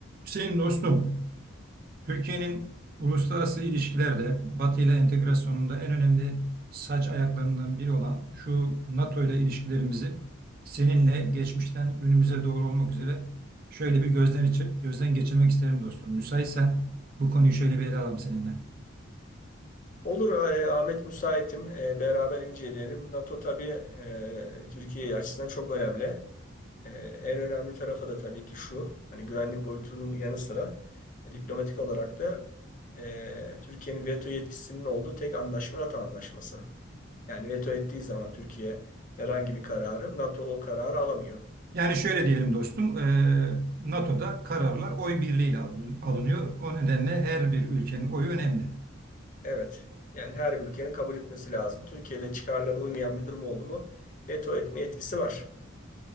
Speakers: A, on the right (about 45°); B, on the left (about 40°).
A: Hüseyin dostum, Türkiye'nin uluslararası ilişkilerde Batı ile entegrasyonunda en önemli saç ayaklarından biri olan şu NATO ile ilişkilerimizi seninle geçmişten günümüze doğru olmak üzere şöyle bir gözden içi, gözden geçirmek isterim dostum. Müsaitsen bu konuyu şöyle bir ele alalım seninle.
B: Olur e, Ahmet müsaitim. E, Beraber inceleyelim. NATO tabii e, Türkiye açısından çok önemli. E, En önemli tarafı da tabii ki şu. Hani güvenlik boyutunun yanı sıra e, diplomatik olarak da e, Türkiye'nin veto yetkisinin olduğu tek anlaşma NATO anlaşması. Yani veto ettiği zaman Türkiye herhangi bir kararı NATO o kararı alamıyor.
A: Yani şöyle diyelim dostum, eee, NATO'da kararlar oy birliğiyle alın- alınıyor. O nedenle her bir ülkenin oyu önemli.
B: Evet. Yani her bir ülkenin kabul etmesi lazım. Türkiye'de çıkarlarına uymayan bir durum oldu mu veto etme etkisi var.